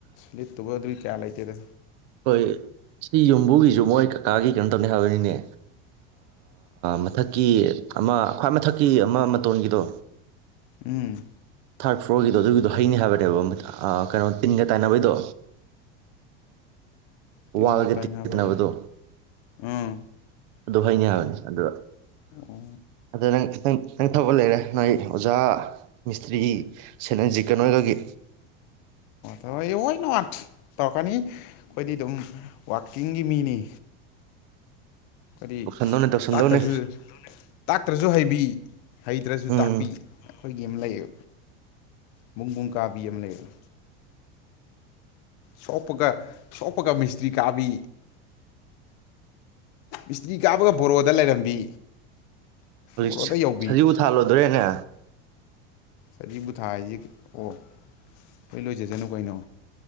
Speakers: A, on the left; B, on the right.
A: ꯂꯤꯠꯇꯨꯕ ꯑꯗꯨꯏ ꯀꯌꯥ ꯂꯩꯇꯦꯗ
B: ꯍꯣꯏ ꯁꯤ ꯌꯨꯝꯕꯨꯒꯤꯁꯨ ꯃꯣꯏ ꯀꯀꯥꯒꯤ ꯀꯩꯅꯣ ꯇꯧꯅꯤ ꯍꯥꯏꯕꯅꯤꯅꯦ ꯃꯊꯛꯀꯤ ꯑꯃ ꯈ꯭ꯋꯥꯏ ꯃꯊꯛꯀꯤ ꯑꯃ ꯃꯇꯣꯟꯒꯤꯗꯣ
A: ꯎꯝ
B: ꯊꯥ꯭ꯔꯠ ꯐ꯭ꯂ‌ꯣꯔꯒꯤꯗꯣ ꯑꯗꯨꯒꯤꯗꯣ ꯍꯩꯅꯤ ꯍꯥꯏꯕꯅꯦꯕ ꯑꯥ ꯀꯩꯅꯣ ꯇꯤꯟꯒ ꯇꯥꯏꯅꯕꯩꯗꯣ ꯋꯥꯜꯒ
A: ꯇꯤꯟꯒ ꯇꯥꯏꯅꯕꯗꯤ
B: ꯇꯥꯏꯅꯕꯗꯣ
A: ꯎꯝ
B: ꯑꯗꯨ ꯍꯩꯅꯤ ꯍꯥꯏꯕꯅꯤ ꯑꯗꯨ
A: ꯑꯣ
B: ꯑꯗꯣ ꯅꯪ ꯅꯪ -ꯅꯪ ꯊꯕꯛ ꯂꯩꯔꯦ ꯅꯣꯏ ꯑꯣꯖꯥ ꯃꯤꯁꯇ꯭ꯔꯤ ꯁꯦꯅꯜꯖꯤꯠ ꯀꯥ ꯅꯣꯏꯒꯒꯤ
A: ꯑꯣ ꯋꯥꯏ ꯅꯣꯠ ꯇꯧꯔꯛꯀꯅꯤ ꯑꯩꯈꯣꯏꯗꯤ ꯑꯗꯨꯝ ꯥꯋꯥꯛꯀꯤꯡꯒꯤ ꯃꯤꯅꯤ ꯈꯣꯏꯗꯤ
B: ꯇꯧꯁꯟꯗꯧꯅꯦ ꯇꯧꯁꯟꯗꯧꯅꯦ
A: ꯇꯥꯛꯇ꯭ꯔꯁꯨ -ꯇꯥꯛꯇ꯭ꯔꯁꯨ ꯍꯩ ꯕꯤ ꯍꯩꯇ꯭ꯔꯁꯨ
B: ꯎꯝ
A: ꯇꯥꯛꯄꯤ ꯑꯩꯈꯣꯏ ꯒꯤꯝꯃꯥ ꯂꯩꯌꯦ ꯕꯨꯡꯕꯨꯡ ꯀꯥꯕꯤ ꯑꯃ ꯂꯩꯕꯅꯤ ꯁꯣꯛꯄꯒ ꯁꯣꯛꯄꯒ ꯃꯤꯁꯇ꯭ꯔꯤ ꯀꯥꯕꯤ ꯃꯤꯁꯇ꯭ꯔꯤ ꯀꯥꯕꯒ ꯕꯣꯔꯣꯗ ꯂꯩꯔꯝꯕꯤ
B: ꯍꯧꯖꯤꯛꯁ‌ꯦ
A: ꯕꯣꯔꯣꯗ ꯌꯧꯕꯤ
B: ꯁꯖꯤꯕꯨ ꯊꯥ ꯂꯣꯏꯗꯣꯔꯦꯅꯦ
A: ꯁꯖꯤꯕꯨꯊꯥ ꯍꯥꯏꯁꯤ ꯑꯣ ꯂꯣꯏ ꯂꯣꯏꯖꯁꯅꯨ ꯀꯩꯅꯣ